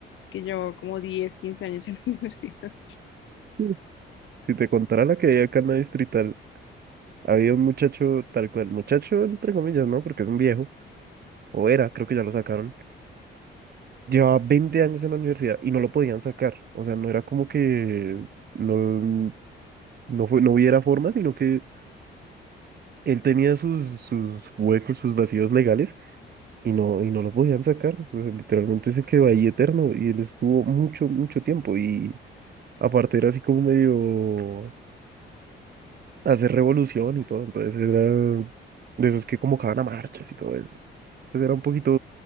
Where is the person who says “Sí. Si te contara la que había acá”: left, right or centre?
Right